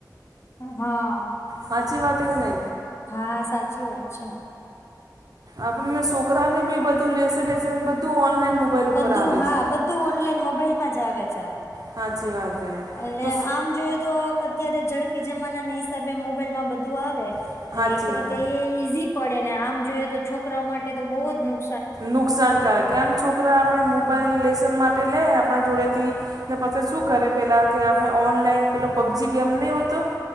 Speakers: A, on the left; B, on the right.
A: પણ હા.
B: સાાચી વાત હે કે નય?
A: હા સાચી વાત છે.
B: આપણને સોકરાને બી બધું લેસનવેસન બધું. ઓનલાઈન મોબાઈલ ઉપર
A: બધું
B: આવે
A: હા
B: છે
A: બધું ઓનલાઈન મોબાઈલમાં જ આવે છે.
B: હાચી વાત. હે
A: અને
B: તો
A: આમ જોઈએ તો અત્યારે ઝડપી જમાનાના હિસાબે મોબાઈલમાં બધું આવે.
B: સાચી
A: એટલે એક
B: વાત
A: રીતે એ ઈઝી પડે ને આમ જોઈએ તો છોકરાઓ માટે તો બહુ જ નુ
B: નુકસાનકારક કેમ છોકરા આપણે મોબાઈલ લેશન માટે લેય આપણા જોડેથી પછે શું કરે પેલા કે આપણે ઓનલાઈન પેલો પબજી ગેમ નહીં હોતો